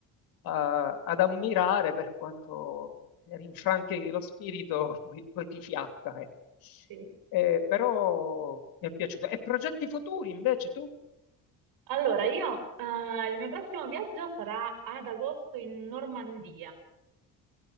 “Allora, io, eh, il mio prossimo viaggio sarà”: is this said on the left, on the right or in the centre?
Right